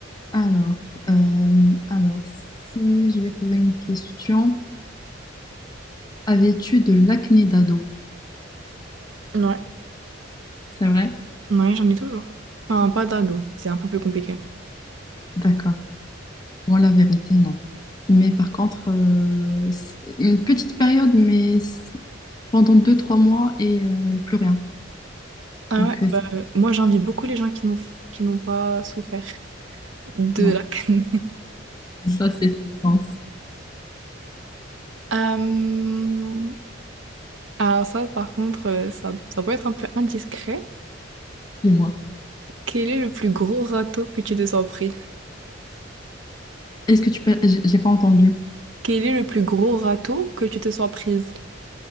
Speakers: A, on the left; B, on the right.
A: Alors, euh, alors, si je vais poser une question, avais-tu de l'acné d'ado?
B: Ouais.
A: C'est vrai?
B: Ouais, j'en ai toujours. Enfin, pas d'ado, c'est un peu plus compliqué.
A: D'accord. Moi, la vérité, non. Mais par contre, euh, c'est une petite période, mais c'est pendant deux, trois mois et euh, plus rien.
B: Ah
A: Donc,
B: ouais,
A: euh,
B: bah,
A: c'est-
B: euh, moi j'envie beaucoup les gens qui n'ont qui n'ont pas souffert. de
A: ouais.
B: la canne. <laughs>
A: Ça, c'est une chance.
B: Euh, alors ça, par contre, euh, ça, ça peut être un peu indiscret.
A: Dis-moi.
B: Quel est le plus gros râteau que tu te sois pris?
A: Est-ce que tu peux... J'ai j'ai pas entendu.
B: Quel est le plus gros râteau que tu te sois prise?